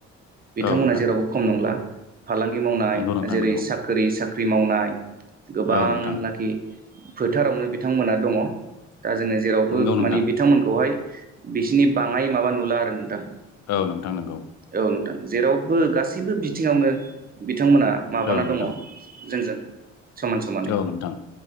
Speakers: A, on the right; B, on the left.
A: बिथांमोना
B: औ नोंथां
A: जेरावबो खम नंला फालांगि मावनाय
B: नंगौ नोंथां
A: जेरै
B: नंगौ
A: बै साख्रि मावनाय गोबांनाखि
B: औ नोंथां
A: फोथारावनो बिथांमोना दङ दा जोंङो जेरावबो
B: नंगौ नोंथां
A: माने बिथांमोनखौहाय बिसिनि बाङाय माबा नुला आरो नोंथां
B: औ नोंथां नंगौ
A: औ नोंथां जेराव बो गासिबो बिथिङावनो बिथांमोना माबाना
B: औ नोंथां
A: दंङ जोंजों समान समानै
B: औ नोंथां